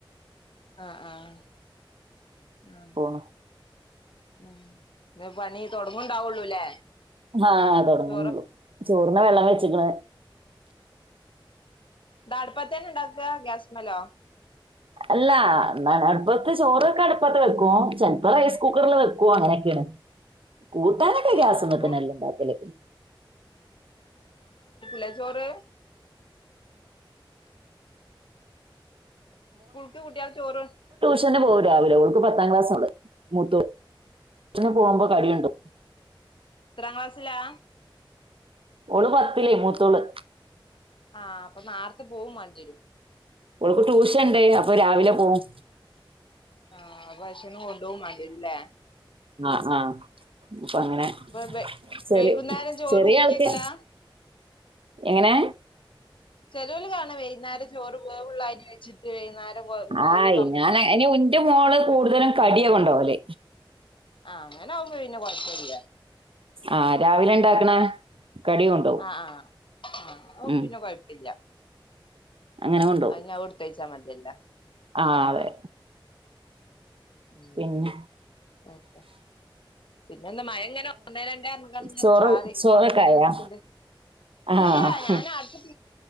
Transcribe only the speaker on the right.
പോണ്
ആഹ തോടങ്ങുന്നുള്ളു
ചോറിന വെള്ളം വെച്ചിക്കണ
അല്ല എന്നാണ് അടുപ്പത്തെ ചോറൊക്കെ അടുപ്പത്ത് വെക്കുവോ ചെലപ്പോ റൈസ് കുക്കറില് വെക്കുവോ അങ്ങനെയൊക്കെയാണ് കുട്ടൻനൊക്കെ ഒക്കെ
ഗ്യാസിൽമാതന്ന
ഉണ്ടാക്കൽ
<unintelligible> പോകവും രാവിലെ ഓൾക്ക് പത്താം ക്ലാസ്സ് ഓൾ മുത്തൊള്ള പോകുമ്പോ കടിയുണ്ടും
ഓൾ പത്തില് മൂത്തോള്
ഓക്ക് ട്യൂഷൻ ണ്ട് അപ്പൊ രാവിലെ പോവും
ആ ആ അപ്പൊ അങ്ങനെ
ചെറിയ
ചെറിയ
ആൾക്ക് എങ്ങനെ
ആഹ്
ഞാൻ അയിന് ഇന്റെ മോള് കൂടുതലും കടിയ കൊണ്ടോകല്
ആ രാവിലെ ഇണ്ടാക്കണ കടി കൊണ്ടോവും
ഉം
അങ്ങനെ കൊണ്ടോവും
ആഹ്
അതെ
പിന്നെ
ചോറ്
ചോറൊക്കായാ
ആഹ്